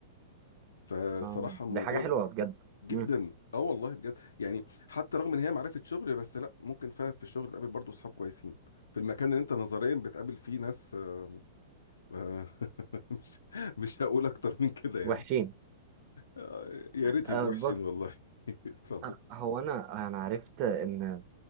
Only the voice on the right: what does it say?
اه
دي حاجة حلوة بجد
مم.
وحشين
أه
بص
أه، هو انا انا عرفت ان